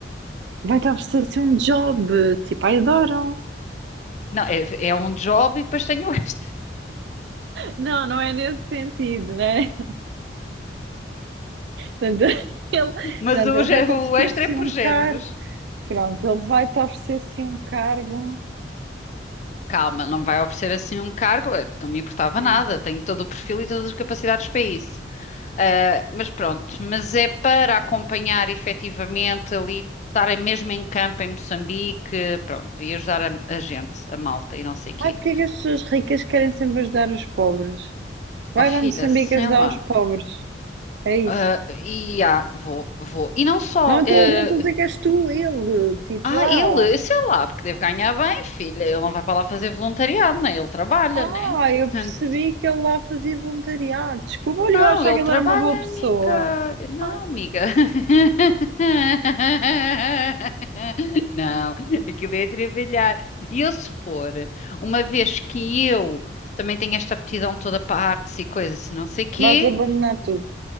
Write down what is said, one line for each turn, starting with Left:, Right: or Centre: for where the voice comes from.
Right: Vai te oferecer um job. Tipo, ai, adoro.
Left: Não, é, é um job e depois tem o extra.
Right: Não, não é nesse sentido, né? Portanto, <laughs> ele, portanto,
Left: <laughs> Mas o,
Right: ele
Left: gé-
Right: vai te
Left: o
Right: oferecer
Left: extra
Right: assim
Left: é por
Right: um
Left: géneros.
Right: cargo. Pronto, ele vai-te oferecer assim um cargo.
Left: Calma, não vai oferecer assim um cargo. eh, Não me importava
Right: Sim.
Left: nada. Tenho todo o perfil e todas as capacidades para isso. Ah, mas pronto, mas é para acompanhar efetivamente ali, estar mesmo em campo em Moçambique, pronto, e ajudar a, a gente, a malta e não sei o quê.
Right: Ai, porque é que as pessoas ricas querem sempre ajudar os pobres? Vai
Left: Oh, filha,
Right: para Moçambique
Left: sei
Right: ajudar
Left: lá.
Right: os pobres. É isso.
Left: Ah, e ah, vou, vou. E não só.
Right: Não estou
Left: eh,
Right: não estou a dizer que és tu, ele. Tipo
Left: Ah,
Right: lá.
Left: ele, sei lá, porque deve ganhar bem, filha. Ele não vai para lá fazer voluntariado, né? Ele trabalha,
Right: Ah,
Left: né?
Right: eu
Left: Portanto,
Right: percebi que ele lá fazia voluntariado. Desculpa, olha,
Left: não,
Right: eu achava
Left: ele
Right: que ele
Left: trabalha,
Right: era uma boa pessoa.
Left: amiga. Não,
Right: Ah,
Left: amiga. <laughs> Não, aquilo é trabalhar. E eu, se for, uma vez que eu também tenho esta aptidão toda para artes e coisas, e não sei quê,
Right: vais abandonar tudo.